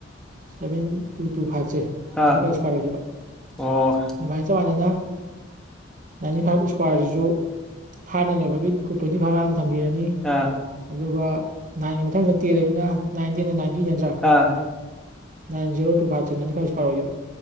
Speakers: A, on the right; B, in the centre.
A: ꯁꯚꯦꯟ ꯇꯨ ꯇꯨ ꯐꯥꯏꯚ ꯁꯦ ꯍꯥꯏꯗꯤ
B: ꯑꯥ
A: ꯐꯥꯏꯚ ꯏꯁꯀ꯭ꯋꯥꯔ ꯑꯣꯏꯔꯤꯕ
B: ꯑꯣ
A: ꯑꯗꯨꯃꯥꯏꯅ ꯆꯃꯥꯟꯅꯅ ꯅꯥꯏꯟꯇꯤ ꯐꯥꯏꯚ ꯏꯁꯀ꯭ꯋꯥꯔꯁꯤꯁꯨ ꯐꯥꯅ ꯂꯩꯕꯒꯤ ꯇ꯭ꯋꯦꯟꯇꯤ ꯐꯥꯏꯚ ꯊꯝꯕꯤꯔꯅꯤ
B: ꯑꯥ
A: ꯑꯗꯨꯒ ꯅꯥꯏꯟꯒꯤ ꯃꯊꯪꯗ ꯇꯦꯜꯂꯕꯅ ꯅꯥꯏꯟ ꯇꯦꯟꯗ ꯅꯥꯏꯟ ꯀꯤ ꯅꯠꯇ꯭ꯔꯥ
B: ꯑꯥ
A: ꯅꯥꯏꯟ ꯖꯦꯔꯣ ꯇꯨ ꯐꯥꯏꯚꯁꯦ ꯅꯥꯏꯟ ꯐꯥꯏꯚ ꯏꯁꯀ꯭ꯋꯥꯔ ꯑꯣꯏꯔꯤꯕ